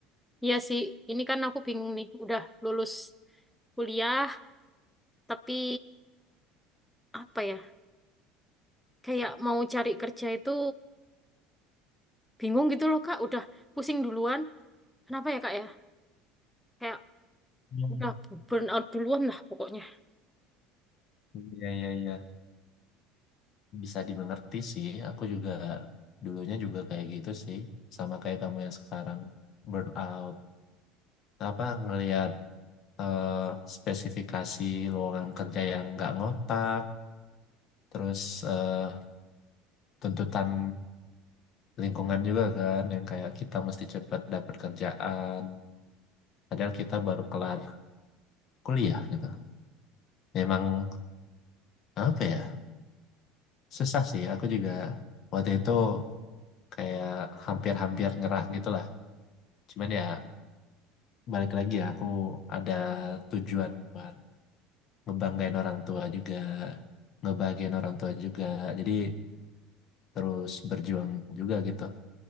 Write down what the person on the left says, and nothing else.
Hmm.
Iya, iya, iya. Bisa dimengerti sih. Aku juga dulunya juga kayak gitu sih. Sama kayak kamu yang sekarang. Burnout. Apa, ngelihat eh, spesifikasi lowongan kerja yang nggak ngotak. Terus eh, tuntutan lingkungan juga kan. Yang kayak kita mesti cepat dapat kerjaan. Padahal kita baru kelar kuliah gitu. Emang apa ya, susah sih. Aku juga waktu itu kayak hampir-hampir nyerah gitu lah. Cuman ya balik lagi ya, aku ada tujuan buat ngebanggain orang tua juga, ngebahagiain orang tua juga. Jadi terus berjuang juga gitu.